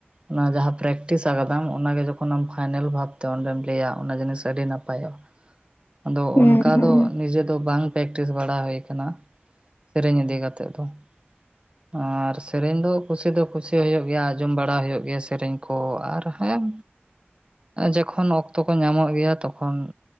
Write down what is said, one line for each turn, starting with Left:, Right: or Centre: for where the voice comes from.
Right: ᱚᱱᱟ ᱡᱟᱦᱟ ᱯᱨᱮᱠᱤᱥ ᱠᱟᱫᱟᱢ ᱚᱱᱟ ᱜᱮ ᱡᱚᱠᱷᱚᱱᱮᱢ ᱯᱷᱟᱭᱱᱮᱞ ᱵᱷᱟᱵᱛᱮ ᱚᱸᱰᱮᱢ ᱞᱟᱹᱭᱟ, ᱚᱱᱟ ᱡᱤᱱᱤᱥ ᱟᱹᱰᱤ ᱱᱟᱯᱟᱭᱚᱜ-ᱟ᱾
Left: <inaudible>
Right: ᱟᱫᱚ
Left: ᱦᱩᱸ
Right: ᱚᱱᱠᱟ
Left: ᱦᱩᱸ ᱦᱩᱸ
Right: ᱫᱚ ᱱᱤᱡᱮ ᱫᱚ ᱵᱟᱝ ᱯᱮᱠᱴᱤᱥ ᱵᱟᱲᱟ ᱦᱳᱭ ᱠᱟᱱᱟ ᱥᱮᱨᱮᱧ ᱤᱫᱤ ᱠᱟᱛᱮ ᱾ ᱱᱤᱛᱚᱜ ᱫᱚ ᱹᱹᱹ ᱟᱨ ᱥᱮᱨᱮᱧ ᱫᱚ ᱠᱩᱥᱤ ᱫᱚ ᱠᱩᱥᱤ ᱦᱩᱭᱩᱜ ᱜᱮᱭᱟ, ᱟᱸᱡᱚᱢ ᱵᱟᱲᱟ ᱦᱩᱭᱩᱜ ᱜᱮᱭᱟ ᱥᱮᱨᱮᱧ ᱠᱷᱚ ᱟᱨ ᱦᱮᱢ ᱡᱚᱠᱷᱚᱱ ᱚᱠᱛᱚ ᱠᱚ ᱧᱟᱢᱚᱜ ᱜᱮᱭᱟ ᱛᱚᱠᱷᱚᱱ-